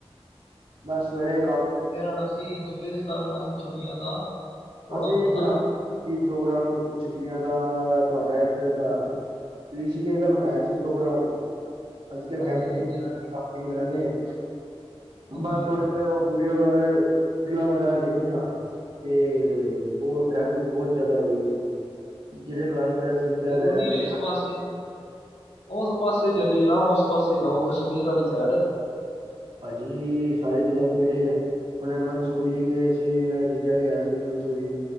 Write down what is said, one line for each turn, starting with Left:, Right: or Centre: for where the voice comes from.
Right: ਬਸ ਸਵੇਰੇ ਕੰਮ
Left: ਜਾਣਾ ਸੀ ਜੋ ਏਦੇ ਕਾਰਨ, ਆਈ ਛੁੱਟੀਆਂ ਦਾ। ਥੋੜਾ
Right: ਅਸੀਂ
Left: ਬਹੁਤਾ
Right: ਬਨਾਣਾ ਪ੍ਰੋਗਰਾਮ ਛੁੱਟੀਆਂ ਦਾ, ਤੁਆਡਾ ਇੱਧਰ ਦਾ।
Left: ਹਾਂਜੀ
Right: ਰਿਸ਼ੀਕੇਸ਼ ਦਾ ਬਨਾਇਆ ਸੀ, ਪ੍ਰੋਗਰਾਮ। ਅਸੀ ਕਿਆ,
Left: ਹਾਂਜੀ
Right: ਕੈਂਪਿੰਗ
Left: ਹਾਂਜੀ
Right: ਕਰਾਂਗੇ, ਕਰਾਫਟਿੰਗ ਕਰਾਂਗੇ,
Left: ਹਾਂਜੀ
Right: ਬਸ ਥੋੜੇ ਫੇਰ ਓ ਵੀਡੀਓ, ਵਗੈਰ ਰੀਲਾਂ ਵਗੈਰਾ ਦੇਖੀਆਂ, ਤੇ ਬਹੁਤ ਟ੍ਰੈਫਿਕ ਬਹੁਤ ਜਾਦਾ ਹੋਈ ਓਈ ਸੀ, ਜਿਦੇ ਕਾਰਨ ਫੇਰ ਅਸੀਂ ਕਿਹਾ
Left: ਜ਼ਰੂਰੀ
Right: ਰਹਿਣ ਦੋ
Left: ਏ, ਇਸ ਪਾਸ ਓਸ ਪਾਸੇ ਚਲੀਏ ਨਾ, ਓਸ ਪਾਸੇ ਜਾਓ, ਕਸ਼ਮੀਰ ਆਲੀ ਸਾਇਡ।
Right: ਪਾਜੀ, ਸਾਰੀ ਜਗਾ ਪੇੜੇ ਆ। ਹੁਣ ਮਨਸੂਰੀ ਗਏ ਸੀ, ਮੇਰਾ ਜੀਜਾ ਗਿਆ ਸੀ, ਮਨਸੂਰੀ।